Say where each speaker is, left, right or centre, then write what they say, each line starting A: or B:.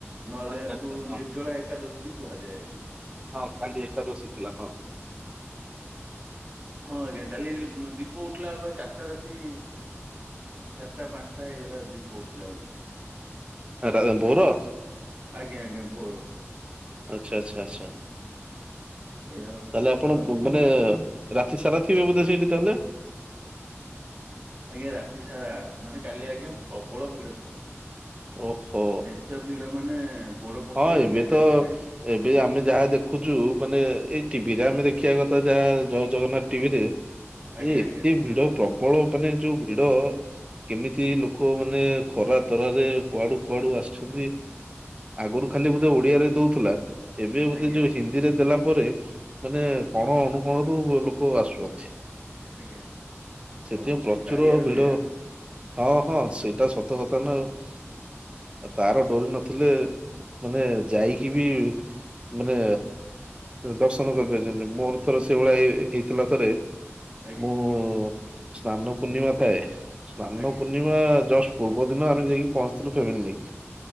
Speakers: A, on the right (about 40°); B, on the right (about 25°).
A: ନଲେ
B: ଆଚ୍ଛା
A: ଆକୁ
B: ଆଚ୍ଛା ହଁ
A: ନିର୍ଜଳା ଏକାଦଶୀ ବି କୁହାଯାଏ ଆଜ୍ଞା।
B: ହଁ କାଲି ଏକାଦଶୀ ଥିଲା ତ।
A: ହଁ ଆଜ୍ଞା କାଲିି ଯେ ତେ ଦୀପ ଉଠିଲା ଆଳୁ ଚାରିଟା ରାତି ଚାରିଟା ପାଞ୍ଚଟା ହେଇଗଲା ଦୀପ ଉଠିଲା ବେଳକୁ।
B: ରା ଆ ଭୋର।
A: ଆଜ୍ଞା ଆଜ୍ଞା ଭୋର।
B: ଆଚ୍ଛା ଆଚ୍ଛା ଆଚ୍ଛା।
A: ଏଇଆ ହଉଛି
B: ତାହେଲେ
A: କଥା
B: ଆପଣ
A: ଆଉ।
B: ମାନେ ରାତି ସାରା ଥିବେ ବୋଧେ ସେଇଠି ତାହଲେ।
A: ଆଜ୍ଞା ରାତି ସାରା ମାନେ କାଲି ଆଜ୍ଞା ପ୍ରବଳ ଭିଡ ଥିଲା।
B: ଓହୋ
A: ଏତେ ଭିଡ ମାନେ। ଗୋଡ ପକେଇବାକୁ
B: ହଁ ଏବେ
A: ଆଜ୍ଞା
B: ତ
A: ଜାଗା ନାହିଁ
B: ଏବେ ଆମେ ଯାହା ଦେଖୁଛୁ ମାନେ ଏଇ ଟି ଭି ରେ ଆମେ ଦେଖିବା କଥା ଯାହା ଜୟ ଜଗନ୍ନାଥ ଟିଭିରେ
A: ଆଜ୍ଞା
B: ଯେ ଏତେ
A: ଆଜ୍ଞା।
B: ଭିଡ଼ ପ୍ର ପ୍ରବଳ ମାନେ ଯୋଉ ଭିଡ କେମିତି ଲୋକ ମାନେ ଖରା ତରାରେ କୁଆଡୁ କୁଆଡୁ। ଆସିଛନ୍ତି।
A: ହୁଁ
B: ଆଗରୁ ଖାଲି ବୋଧେ ଓଡିଆରେ ଦଉଥିଲା ଏବେ ବୋଧେ
A: ଆଜ୍ଞା
B: ଯୋଉ ହିନ୍ଦୀରେ ଦେଲା ପରେ ମାନେ। କୋଣ ଅନୁକୋଣରୁ ଲୋକ ଆସୁଛନ୍ତି।
A: ଆଜ୍ଞା
B: ସେଥିପାଇଁ
A: ସବୁ ସେଇ
B: ପ୍ରଚୁର
A: କାଳିଆର
B: ଭିଡ।
A: ଲୀଳା।
B: ହଁ ହଁ ସେଇଟା ସତ କଥା ନା ଆଉ ତାର ଡୋରି ନଥିଲେ। ମାନେ ଯାଇକି ବି ମାନେ ଦର୍ଶନ
A: ହୁଁ
B: କରିପାରିଛନ୍ତି ମୋର। ମୋର ସେଇଭଳଆଇ ହେଇଥିଲା ଥରେ।
A: ଆଜ୍ଞା।
B: ମୁଁ ସ୍ନାନ ପୂର୍ଣ୍ଣିମା ଥାଏ ସ୍ନାନ
A: ଆଜ୍ଞା
B: ପୂର୍ଣ୍ଣିମା ଜଷ୍ଟ। ପୂର୍ବ ଦିନ ଆମେ ଯାଇକି ପହଞ୍ଚିଥିଲୁ ଫେମିଲି ନେଇକି।